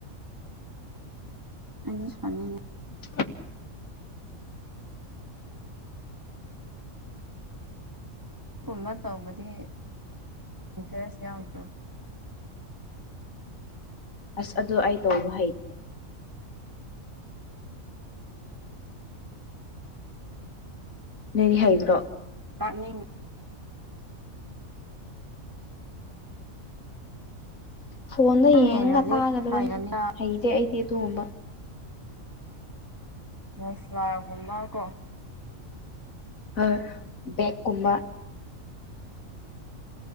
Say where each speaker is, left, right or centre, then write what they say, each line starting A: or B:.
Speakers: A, on the right (about 15°); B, on the left (about 75°).
A: ꯑꯩꯗꯤ ꯁꯥꯅꯤꯡꯉꯤ
B: <inaudible>
A: ꯀꯨꯝꯕ ꯇꯧꯕꯗꯤ ꯏꯟꯇꯔꯦꯁ ꯌꯥꯎꯗ꯭ꯔꯣ
B: ꯑꯁ ꯑꯗꯨ ꯑꯩ ꯇꯧꯕ ꯍꯩ ꯅꯪꯗꯤ ꯍꯩꯕ꯭ꯔꯣ
A: <inaudible>
B: ꯐꯣꯟꯗ
A: ꯁꯨꯝ
B: ꯌꯦꯡꯉꯒ
A: ꯌꯦꯡꯔꯗꯤ
B: ꯇꯥꯒꯗꯕꯅꯤ
A: ꯍꯩꯒꯅꯤꯗ
B: ꯍꯩꯇꯦ ꯑꯩꯗꯤ ꯑꯗꯨꯒꯨꯝꯕ
A: ꯃꯁꯂꯥꯒꯨꯝꯕ ꯀꯣ
B: ꯍꯣꯏ ꯕꯦꯛꯀꯨꯝꯕ